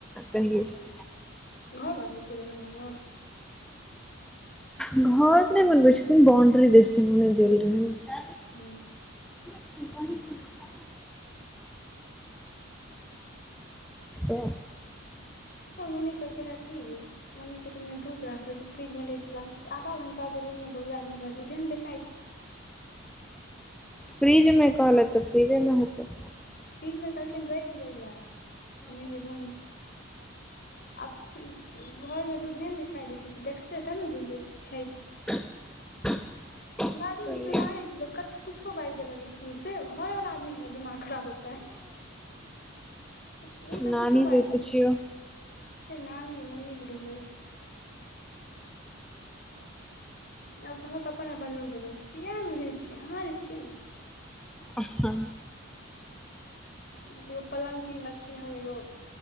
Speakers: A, in the centre; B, on the left.
A: तहि छै
B: घर बनबै छियै दरभंगामे
A: घर नहि बनबैत छथिन्ह बाउंड्री दै छथिन्ह जेहन देल रहये
B: हुँ
A: करय की छै <unintelligible> तऽ
B: हँ मम्मी कहलके रहै की मम्मीक के रूममे दूध राखल छै फ्रिजमे र आधा घंटाँ रूममे बौआ रहल छै हमरा दूधे ने देखाय छै
A: फ्रिजमे कहलत तऽ फ्रिजमे हेतै
B: फ्रिज मे कहलखिन रेख दै लए मम्मी के रूम मे छै आ फिर घरमे दूधे ने दिखाइ दै छै तऽ देखतै तब ने बुझबै छै,
A: <unintelligible> सही
B: बाजय मे किछू लागे छै लोक क कुछो बाजि देलक स्कुल से घरवला आदमी के ने दिमाग खराब होतै, उ तऽ
A: नानी
B: कुछो बाजि
A: सँ
B: देतै
A: पुछियौ
B: नानी मम्मी के रूम आ सबहक अपन अपन रूम बेलहु किएक नहि बुझै छियै अहाँ जे छियै ने '
A: ह
B: एगो पलङ्ग किनलखिन्ह हन एगो